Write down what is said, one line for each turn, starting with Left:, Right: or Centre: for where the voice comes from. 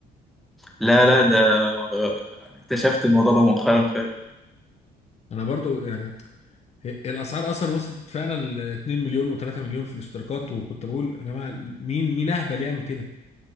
Centre: لا لا ده آه، اكتشفت الموضوع ده مؤخرا فعلا
Left: انا برضو يعني هي- الاسعار اصلا وصلت فعلا ل 2 مليون و3 مليون في الاشتراكات وكنت بقول يا جماعه مين مين اهبل يعمل كده